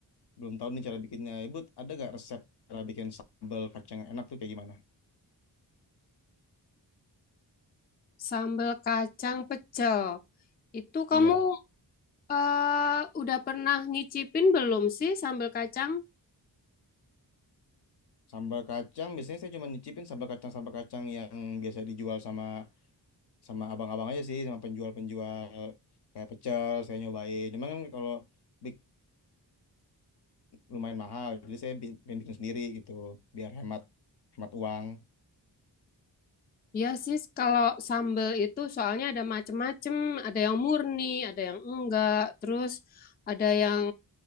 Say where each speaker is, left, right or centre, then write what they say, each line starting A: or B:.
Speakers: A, on the left; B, on the left.
A: belum tahu nih cara bikinnya. Ibu ada nggak resep cara bikin sambal kacang yang enak tuh kayak gimana?
B: sambal kacang pecel. Itu kamu
A: Iya.
B: eh, udah pernah ngicipin belum sih sambal kacang?
A: Sambal kacang biasanya saya cuma nyicipin sambal kacang sambal kacang yang biasa dijual sama sama abang-abang aja sih sama penjual-penjual kayak pecel saya nyobain cuman kan kalau bikin lumayan mahal jadi saya bi- pengen bikin sendiri gitu biar hemat hemat uang
B: Iya sih, kalau sambal itu soalnya ada macem-macem, ada yang murni, ada yang enggak, terus ada yang